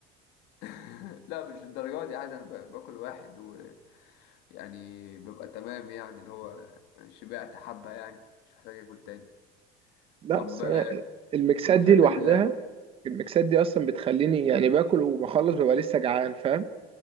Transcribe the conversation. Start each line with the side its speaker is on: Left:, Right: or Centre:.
Left: <laughs> لا مش الدرجات دي عادي انا ب- باكل واحد ويعني ببقى تمام يعني اللي هو شبعت حبه يعني مش محتاج اكل تاني
Right: لا
Left: طب
Right: بس
Left: آه،
Right: أنا المكسات
Left: بتحب
Right: دي لوحدها
Left: ال
Right: المكسات دي اصلا بتخليني يعني باكل وبخلص ببقى لسه جعان فاهم